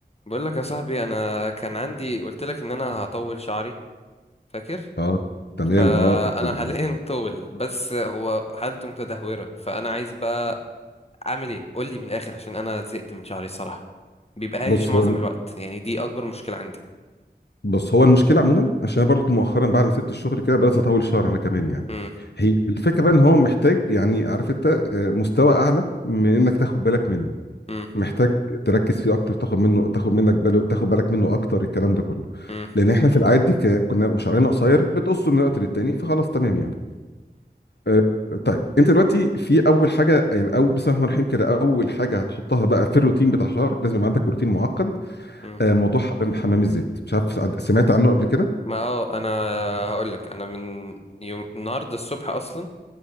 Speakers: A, on the left (about 35°); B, on the left (about 80°).
A: بقول لك يا صاحبي انا كان عندي قلت لك ان انا هطول شعري فاكر
B: اه تمام
A: فانا
B: اه قلت لي.
A: حاليا
B: إيه.
A: <laughs> طول بس هو حالته متدهوره فانا عايز بقى اعمل ايه قول لي من الاخر عشان انا زهقت من شعري الصراحه بيبقى هايش
B: بص
A: معظم
B: هو الم-
A: الوقت يعني دي اكبر مشكله عندي
B: بص هو المشكله عموما عشان أنا برضو مؤخرا بعد ما سبت الشغل كده بدات اطول شهر انا كمان يعني
A: امم
B: هي الفكره بقى ان هو محتاج يعني عارف انت آه، مستوى اعلى من انك تاخد بالك منه
A: امم
B: محتاج تركز فيه اكتر تاخد منه تاخد منك بالو تاخد بالك منه اكتر الكلام ده كله
A: امم
B: لان احنا في العادي ك- كنا شعرنا قصير بتقصه من وقت للتاني فخلاص تمام يعني آه، طيب انت دلوقتي في اول حاجه يعني اول بسم الله الرحمن الرحيم كده اول حاجه هتحطها بقى في الروتين بتاع شعرك لازم يبقى عندك روتين معقد
A: امم
B: آه، موضوع حمام حمام الزيت مش عارف سع- سمعت عنه قبل كده
A: ما اه انا هقول لك انا من يوم النهارده الصبح اصلا